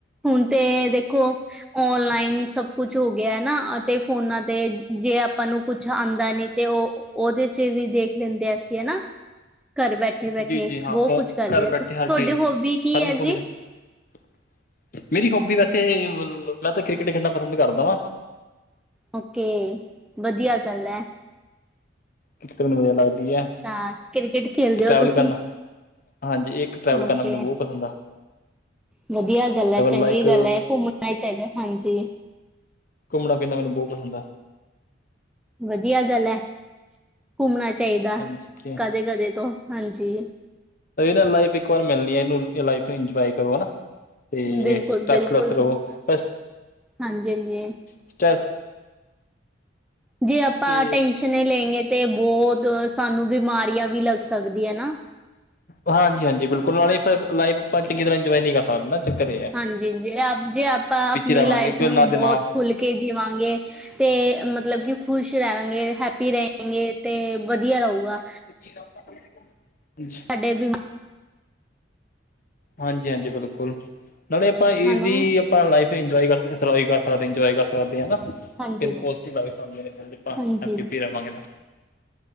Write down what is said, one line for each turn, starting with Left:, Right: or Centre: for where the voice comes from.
Centre: ਹੁਣ ਤੇ ਦੇਖੋ ਓਨਲਾਈਨ ਸਭ ਕੁਛ ਹੋ ਗਿਆ ਹੈ ਨਾ ਅਤੇ ਫੋਨਾ ਤੇ ਜੇ ਆਪਾਂ ਨੂੰ ਕੁਛ ਆਂਦਾ ਨੀ ਤੇ ਔ ਉਹਦੇ ਚ ਵੀ ਦੇਖ ਲੈਂਦੇ ਅਸੀਂ ਹਨਾ, ਘਰ ਬੈ ਠੇ ਬੈਠੇ
Left: ਜੀ ਜੀ ਹਾਂ
Centre: ਬੋਹ
Left: ਫੋ
Centre: ਕੁਝ ਕਰਦੇ
Left: ਘਰ
Centre: ਆ,
Left: ਬੈਠੇ
Centre: ਤੁਹਾਡੇ
Left: ਹਰ ਚੀਜ਼
Centre: ਹੋਬੀ ਕੀ
Left: ਹਰ
Centre: ਹੈ
Left: ਇਨਫੋਰਮੇਸ਼ਨ
Centre: ਜੀ?
Left: <inaudible> ਮੇਰੀ ਹੋਬੀ ਵੈਸੇ ਮੈਂ ਤੇ ਕ੍ਰਿਕਟ ਖੇਲਨਾ ਪਸੰਦ ਕਰਦਾ ਵਾ।
Centre: ਓਕੇ, ਵਧੀਆ ਗੱਲ ਐ।
Left: ਇੱਕ ਤੇ ਮੈਨੂੰ ਵਧੀਆ ਲੱਗਦੀ ਐ।
Centre: ਅੱਛਾ ਕ੍ਰਿਕਟ ਖੇਲਦੇ ਹੋ
Left: ਵੱਲ
Centre: ਤੁਸੀਂ?
Left: ਕਰਨਾ ਹਾਂਜੀ ਇੱਕ ਟਰੈਵਲ ਕਰਨਾ
Centre: ਓਕੇ
Left: ਮੈਨੂੰ ਬੋਹ ਪਸੰਦ ਐ।
Centre: ਵਧੀਆ ਗੱਲ ਏ, ਚੰਗੀ
Left: ਲਾਈਕ
Centre: ਗੱਲ ਏ ਘੁੰਮਣਾ ਚਾਹੀਦਾ ਹਾਂਜੀ।
Left: ਘੁੰਮਣਾ-ਫਿਰਨਾ ਮੈਨੂੰ ਬੋਹ ਪਸੰਦ ਹੈ।
Centre: ਵਧੀਆ ਗੱਲ ਏ ਘੁੰਮਣਾ ਚਾਹੀਦਾ
Left: ਹਾਂਜੀ
Centre: ਕਦੇ-ਕਦੇ ਤੋਂ ਹਾਂਜੀ।
Left: ਏਹ ਨਾ ਲਾਈਫ ਇੱਕ ਵਾਰ ਮਿਲਨੀ ਹੈ ਇਹਨੂੰ ਲਾਈਫ ਨੂੰ ਇੰਜੋਏ ਕਰੋ ਹਨਾ। ਤੇ
Centre: ਬਿਲਕੁਲ
Left: ਸਟੈੱਸਲਸ
Centre: ਬਿਲਕੁਲ
Left: ਰਵੋ ਬਸ
Centre: ਹਾਂਜੀ ਹਾਂਜੀ
Left: ਸਟੈ
Centre: ਜੇ ਆਪਾਂ
Left: ਤੇ
Centre: ਟੈਨਸ਼ਨ ਨਈ ਲੈਂਗੇ ਤੇ ਬੌਤ ਸਾਨੂੰ ਬਿਮਾਰੀਆਂ ਵੀ ਲੱਗ ਸਕਦੀ ਹੈ ਨਾ।
Left: ਹਾਂਜੀ-ਹਾਂਜੀ ਬਿਲਕੁਲ ਨਾਲੇ ਇਕ ਲਾਈਫ <unintelligible> ਇੰਜੋਏ ਨੀ ਕਰ <unintelligible> ਚੱਕਰ ਏ।
Centre: ਹਾਂਜੀ ਜੀ ਜੇ ਆਪਾਂ ਆਪਨੀ
Left: ਰਵਾਂਗੇ
Centre: ਲਾਈਫ
Left: ਕਿ
Centre: ਨੂੰ
Left: ਨਾ
Centre: ਬੌਤ
Left: ਦਿਮਾਗ
Centre: ਖੁੱਲ ਕੇ ਜੀਵਾਂਗੇ ਤੇ ਮਤਲਬ ਕਿ ਖ਼ੁਸ਼ ਰਹਵਾਂਗੇ, ਹੈਪੀ ਰਹਿਗੇ ਤੇ ਵਧੀਆ ਰਹੂਗਾ।
Left: <inaudible>
Centre: ਸਾਡੇ ਬਿਮਾ
Left: ਹਾਂਜੀ-ਹਾਂਜੀ ਬਿਲਕੁਲ ਨਾਲੇ ਆਪਾਂ ਈਜੀ
Centre: ਹਨਾ
Left: ਆਪਾਂ ਲਾਈਫ ਇੰਜੋਏ ਕਰ <unintelligible> ਸਕਦੇ ਇੰਜੋਏ ਕਰ ਸਕਦੇ ਹਨਾ। ਕਿੰਨੀ
Centre: ਹਾਂਜੀ
Left: ਪੋਜੀਟਿਵ ਵਾਈਫ ਹਾਂ ਮੇਰੇ ਕੋਲ
Centre: ਹਾਂਜੀ